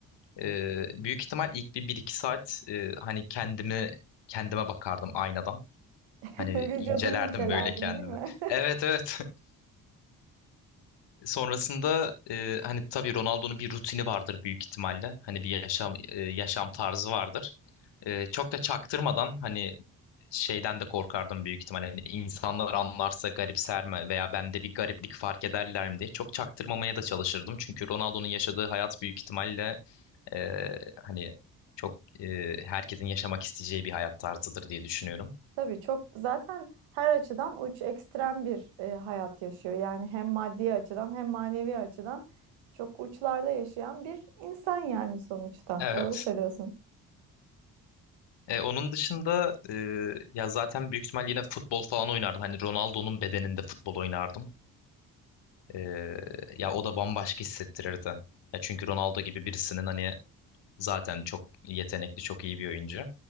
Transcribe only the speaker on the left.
Ee, büyük ihtimal ilk bir bir iki saat e, hani kendimi kendime bakardım aynadan. Hani
incelerdim
böyle kendimi.
Evet evet. <laughs> Sonrasında e, hani tabii Ronaldo'nun bir rutini vardır büyük ihtimalle. Hani bir yaşam e, yaşam tarzı vardır. E, çok da çaktırmadan hani şeyden de korkardım büyük ihtimalle. Hani insanlar anlarsa garipser mi veya bende bir gariplik fark ederler mi diye çok çaktırmamaya da çalışırdım. Çünkü Ronaldo'nun yaşadığı hayat büyük ihtimalle ee, hani çok e, herkesin yaşamak isteyeceği bir hayat tarzıdır diye düşünüyorum.
Evet.
E, onun dışında e, ya zaten büyük ihtimal yine futbol falan oynardım. Hani Ronaldo'nun bedeninde futbol oynardım. E, ya o da bambaşka hissettirirdi. Ya çünkü Ronaldo gibi birisinin hani Zaten çok yetenekli, çok iyi bir oyuncu.